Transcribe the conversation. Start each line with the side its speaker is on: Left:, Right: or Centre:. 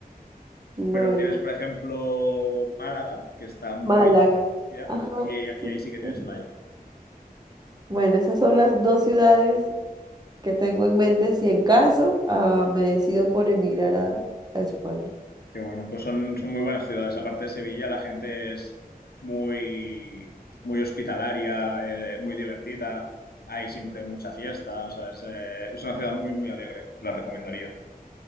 Right: Bueno,
Left: Pero tienes, por ejemplo, Málaga, que está muy
Right: Málaga.
Left: cerca,
Right: Ajá.
Left: y,
Right: sí,
Left: y ahí sí
Right: sí,
Left: que tienes
Right: sí.
Left: playa.
Right: Bueno, esas son las dos ciudades que tengo en mente si en caso ah, me decido por emigrar a, a España.
Left: Que bueno, pues son, son muy buenas ciudades. Aparte de Sevilla, la gente es muy, muy hospitalaria, eh, muy divertida. Hay siempre mucha fiesta. O sea, es, eh, es una ciudad muy, muy alegre. Te la recomendaría.